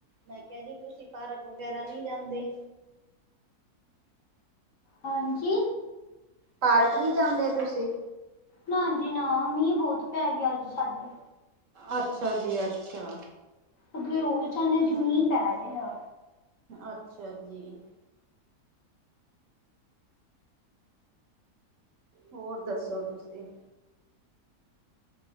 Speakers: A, on the right; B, on the left.
A: ਮੈਂ ਕਿਹਾ ਜੀ ਤੁਸੀਂ ਪਾਰਕ ਵਗੈਰਾ ਨਹੀਂ ਜਾਂਦੇ?
B: ਹਾਂਜੀ।
A: ਪਾਰਕ ਨਹੀਂ ਜਾਂਦੇ ਤੁਸੀਂ?
B: ਨਾ ਜੀ ਨਾ ਮੀਂਹ ਬਹੁਤ ਪੈ ਗਿਆ ਅੱਜ ਸਾਡੇ।
A: ਅੱਛਾ ਜੀ, ਅੱਛਾ।
B: ਅੱਗੇ ਰੋਜ਼ ਜਾਂ
A: ਹਮ
B: ਚ' ਮੀਂਹ ਪੈ ਰਹੇ ਆ।
A: ਅੱਛਾ ਜੀ। ਹੋਰ ਦੱਸੋ ਤੁਸੀਂ?